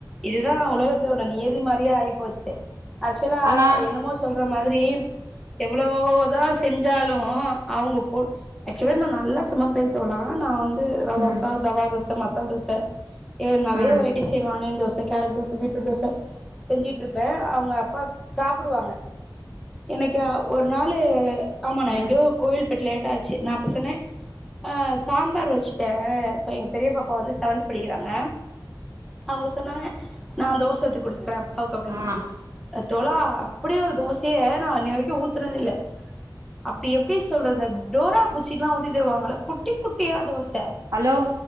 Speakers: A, in the centre; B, on the right.
A: இதுதா உலகத்தோட நீதி மாரியே ஆயிப்போச்சே ஆக்சுவலா
B: ஆனா
A: என்னமோ சொல்ற மாதிரி எவ்ளோதா தா செஞ்சாலு அவுங்க பொ ஆக்சுவலா நா நல்லா சமைப்ப தோழா நா வந்து ரவா
B: ம்
A: ரவா தோச மசால் தோச அ நெறையா
B: ம்
A: வெரைட்டிஸ் செய்வே onion dosa carrot dosa beetroot dosa செஞ்சுட்ருப்பே அவுங்க அப்பாக் சாப்டுவாங்க என்னைக்கா ஒரு நாளு ஆமா நா எங்கேயோ
B: ம்
A: கோயில் போயிட்டு லேட்டா ஆச்சு நா அப்ப சொன்னே ஆ சாம்பார் வச்சுட்டே அப்ப எங்க பெரிய பாப்பா வந்து செவன்த் படிக்கிறாங்க அவுங்க சொன்னாங்க நா தோச ஊத்தி குடுத்துறே அப்பாவுக்கு அப்டினாங்க
B: ஆ
A: தோழா அப்டி ஒரு தோசைய நா அன்னை வரைக்கு ஊத்துனதே இல்ல அப்டி எப்டி சொல்றது இந்த டோரா புஜ்ஜிக்குல்லா ஊத்தி தருவாங்கள குட்டி குட்டியா தோச
B: ஹலோ